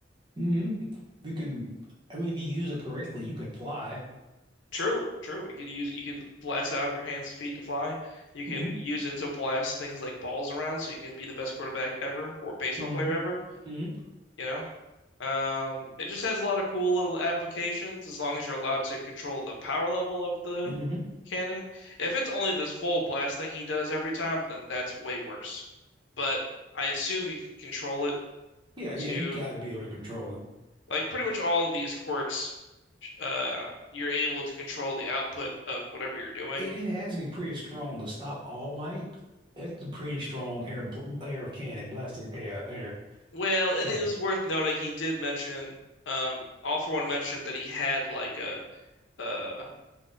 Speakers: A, on the right (about 25°); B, on the left (about 80°).
A: hmm you can. I mean, if you use it correctly, you can fly.
B: True, true. You could use you could blast out of your hands and feet to fly. You can
A: hmm
B: use it to blast things like balls around, so you can be the best quarterback ever or baseball
A: hmm
B: player ever.
A: hmm
B: You know, Um, it just has a lot of cool little applications as long as you're allowed to control the power level of the
A: hmm
B: cannon. If it's only this full blast thing he does every time, then that's way worse. But I assume you can control it
A: Yeah, yeah,
B: to
A: you got to be able to control it.
B: like pretty much all of these quirks. Uh, you're able to control the output of whatever you're doing.
A: It didn't have to be pretty strong to stop All Might. That's a pretty strong air air of cannon, blast of air air
B: Well, it
A: cannon.
B: is worth noting he did mention, um, All For One mentioned that he had like a, a